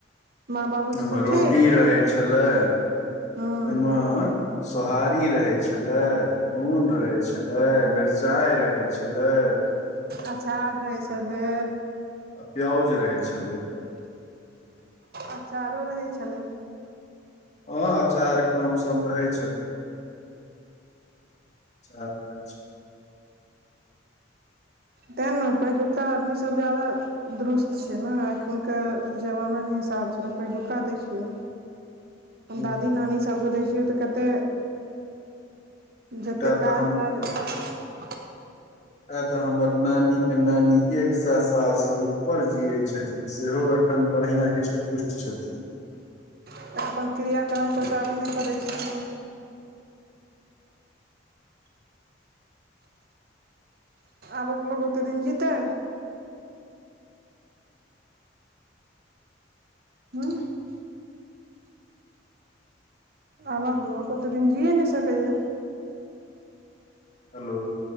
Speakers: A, on the right; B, on the left.
A: माँ बाबूजी
B: एगो
A: सब
B: रोटी
A: ठीक
B: रहै छलै
A: हूँ
B: ओहिमे सोहारी रहै छलै नून रहै छलै मिर्चाइ रहै छलै
A: अचार रहै छलै
B: आ प्याउज रहै छलै
A: अचारो रहै छलै
B: हाँ अचार कम सम रहै छलै अचार रहै छलै
A: तेँ ने पहिलुका आदमीसभ ज्यादा दुरुस्त छै न एखुनका जमानाके हिसाबसँ पहिलुका देखियौ
B: ह
A: दादी नानी सबके देखियो देखखियौ तऽ कते
B: एकटा
A: जतेक
B: तऽ
A: काज राज ओत
B: आ तऽ हमर नानी के नानी एक एक सए सालसँ ऊपर जियैत छथिन सेहो एखन बढ़ियाँ हृष्टपुष्ट छथिन
A: तऽ अपन क्रियाक्रमसभ टा अपने करै छथिन आबक लोको ओतेक दिन जीतै हूँ आब लोक ओतेक दिन जीए नहि सकैए या
B: हेलो